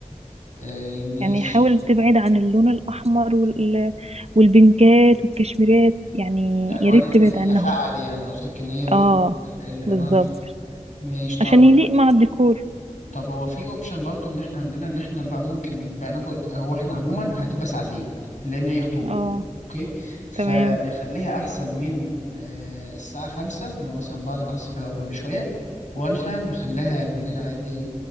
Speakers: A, on the left; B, on the right.
A: آه، ماشي
B: يعني حاول تبعد عن اللون الاحمر وال... والبنكات والكشميرات يعني
A: الألوان
B: يا ريت
A: اللي
B: تبعد
A: هي
B: عنهم
A: فاقعة دي يعني قصدك إن هي ال-
B: اه
A: الألوان
B: بالظبط
A: الفاقعة ماشي طب
B: عشان يليق مع الديكور
A: طب هو في اوبشن برضو ان احنا عندنا ان احنا بقى ممكن بقى ناخد هو احنا عموما هتبقى ساعتين لان هي خطوبة
B: اه
A: اوكي فنخليها
B: تمام
A: احسن من آه، الساعة خمسة لو مثلا بعد العصر كده على طول بشوية ولا نخليها بالليل عادي